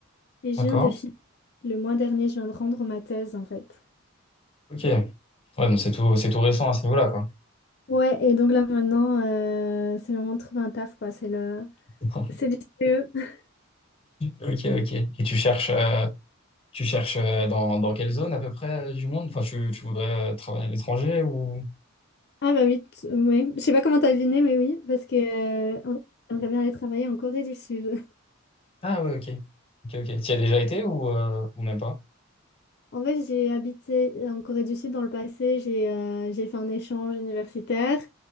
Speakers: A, on the left; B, on the left.
A: et je
B: D'accord.
A: viens de finir. Le mois dernier, je viens de rendre ma thèse en fait.
B: Ok. Ouais, donc c'est tout, c'est tout récent à ce niveau-là, quoi.
A: Ouais, et donc là maintenant, euh, c'est le moment de trouver un taf, quoi. C'est le,
B: <laughs>
A: c'est du CE. <laughs>
B: Ok, ok. Et tu cherches, euh, tu cherches euh, dans, dans quelle zone à peu près euh, du monde? Enfin, tu, tu voudrais euh, travailler à l'étranger ou...
A: Ah bah oui, t- ouais. Je sais pas comment t'as deviné, mais oui, parce que euh, en fait, j'aimerais bien aller travailler en Corée du Sud.
B: Ah ouais, ok. Ok, ok. Tu y as déjà été ou, euh, ou même pas?
A: En fait, j'ai habité en Corée du Sud dans le passé, j'ai euh, j'ai fait un échange universitaire,